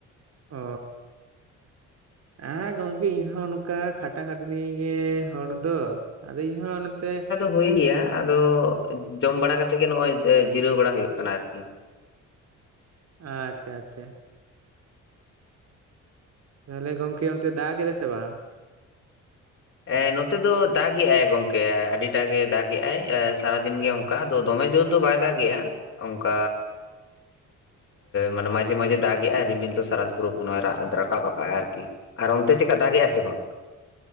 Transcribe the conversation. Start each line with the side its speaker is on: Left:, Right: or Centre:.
Right: ᱚᱻ ᱦᱮᱸ ᱜᱚᱢ ᱤᱧᱦᱚᱸ ᱱᱚᱝᱠᱟ ᱠᱷᱟᱴᱟ ᱠᱷᱟᱴᱟᱹᱱᱤ ᱜᱮ ᱦᱚᱲ ᱫᱚ, ᱟᱫᱚ ᱤᱧᱦᱚᱸ ᱱᱚᱛᱮ
Left: ᱦᱩᱭᱮ ᱜᱮᱭᱟ ᱟᱫᱚ ᱡᱚᱢ ᱵᱟᱲᱟ ᱠᱟᱛᱮ ᱜᱮ ᱱᱚᱜᱼᱚᱭ ᱡᱤᱨᱟᱹᱣ ᱵᱟᱲᱟ ᱦᱳᱭᱳᱜ ᱠᱟᱱᱟ ᱟᱨᱠᱤ᱾
Right: ᱟᱪᱪᱷᱟ ᱟᱪᱪᱷᱟ, ᱛᱟᱦᱚᱞᱮ ᱜᱚᱢᱠᱮ ᱚᱱᱛᱮ ᱫᱟᱜᱽ ᱮᱫᱟ ᱥᱮ ᱵᱟᱝ?
Left: ᱮ ᱱᱚᱛᱮ ᱫᱚ ᱫᱟᱜ ᱮᱜ ᱟᱭ ᱜᱚᱢᱠᱮ, ᱟᱹᱰᱤᱴᱟ ᱜᱮ ᱫᱟᱜ ᱮᱜ ᱟᱭ ᱮ ᱥᱟᱨᱟᱫᱤᱱ ᱜᱮ ᱚᱝᱠᱟ ᱫᱚ ᱫᱚᱢᱮ ᱡᱳᱨ ᱫᱚ ᱵᱟᱭ ᱫᱟᱜ ᱮᱼᱟ ᱚᱝᱠᱟ ᱢᱟᱱᱮ ᱢᱟᱡᱷᱮ ᱢᱟᱡᱷᱮ ᱫᱟᱜ ᱮᱜ ᱟᱭ, ᱨᱤᱢᱤᱞ ᱫᱚ ᱥᱟᱨᱟ ᱫᱩᱵᱩᱨᱩ ᱜᱷᱚᱱᱚ ᱨᱟᱫ ᱨᱟᱠᱟᱵ ᱟᱠᱟᱫᱟᱜ ᱟᱭ ᱟᱨᱠᱤ᱾ ᱟᱨ ᱚᱱᱛᱮ ᱪᱮᱜᱠᱟ ᱫᱟᱜ ᱮ ᱟᱭ ᱥᱮ ᱵᱟᱝ?